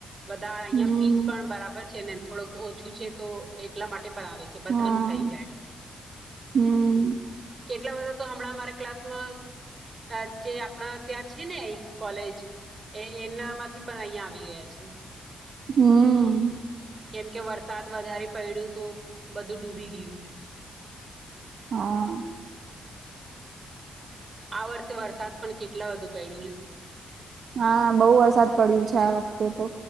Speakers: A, on the right; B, on the right.
A: બધા અહિયાં
B: હમ
A: ફીસ પણ બરાબર છે ને થોડુંક ઓછું છે તો એટલા માટે પણ આવે. જે બધાનું
B: હા
A: થઈ જાય.
B: હમ
A: કેટલા બધા તો હમણાં મારે ક્લાસમાં આજે આપણા ત્યાં છે ને એક કોલેજ એ એના માંથી પણ અહિયાં આવી ગયા છે.
B: હમમ.
A: કેમ કે વરસાદ વધારે પડ્યું તો બધું ડૂબી ગયું.
B: હા.
A: આ વર્ષે વરસાદ પણ કેટલા વધુ પડ્યું ને,
B: હા બહું વરસાદ પડ્યું છે આ વખતે તો